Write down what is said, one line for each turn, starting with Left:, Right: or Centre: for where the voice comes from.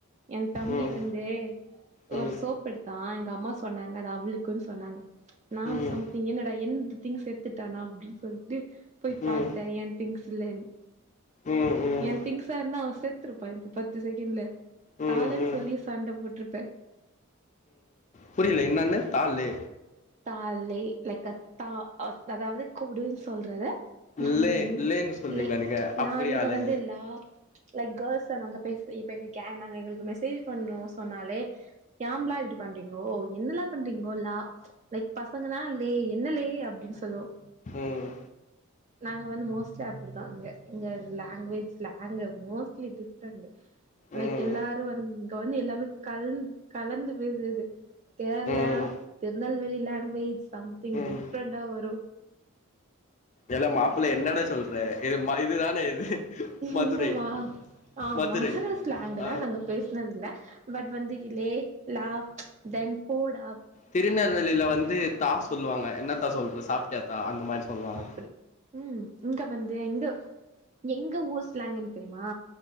Right: எ தம்பி
Left: ம்
Right: வந்து
Left: ம்
Right: ஒரு சோப் எடுத்தா எங்க அம்மா சொன்னாங்க அது அவுளுக்குன்னு சொன்னாங்க நானு
Left: ம்
Right: சொ திங் என்னடா எந்து திங்க்ஸ் எடுத்துட்டானா அப்டினு சொல்லிட்டு போய் பாத்
Left: ம் ம்
Right: எ திங்ஸ் இல்லேனு
Left: ம்
Right: எ திங்ஸ் திங்ஸ்சா இருந்தா அவ செத்துருப்பா இப்ப பத்து செகண்ட்ல
Left: ம்
Right: தாலன்னு
Left: ம்
Right: சொல்லி சண்ட போட்டிருப்பே
Left: புரில என்னன்னு தா ளே
Right: தாளே லக்த்தா அஸ் அதாவது கொடுன்னு சொல்றத நாங்க
Left: ல்லே
Right: இங்
Left: ல்லேன்னு சொல்வீங்களா
Right: லே
Left: நீங்க அப்படியாலே
Right: நா இங்க வந்து லா லைக் கேள்ஸ்ல நாங்க பேசி இப்ப எங்க கே நாங்க எங்களுக்கு மெசேஜ் பண்ணோ சொன்னாலே ஏம்லா இப்டி பண்றீங்கோ என்னள பண்றீங்கோ லா லைக் பசங்கன்னா லே என்ன லே அப்டின்னு சொல்லுவோ
Left: ம்
Right: நாங்க வந்து மோஸ்ட்லி அப்டித்தா இங்க இங்க language slang mostly different like
Left: ம்
Right: எல்லாரு வந் இங்க வந்து எல்லாமே கலந் கலந்து பேசுறது கேர்ளா
Left: ம்
Right: திருநெல்வேலி லாங்வேஜ் சம்திங்
Left: ம்
Right: டிஃப்ரெண்டா வரு
Left: ஏல மாப்பிள்ள என்னலே சொல்ற இது இதுதானே இது மதுரை
Right: இந்த மா ஆ
Left: மதுரை
Right: மதுர ஸ்லாங்க்ல
Left: ஆ
Right: நாங்க பேசினதில்ல பட் வந்து இலே லா தென் போடாப்
Left: திருநெல்வேலில வந்து தா சொல்லுவாங்க என்ன தா சொல்ற சாப்டியா தா அந்த மாரி சொல்லுவாங்க
Right: அப்டி ம் இங்க வந்து எங்க எங்க ஊர் ஸ்லாங் என்ன தெரியுமா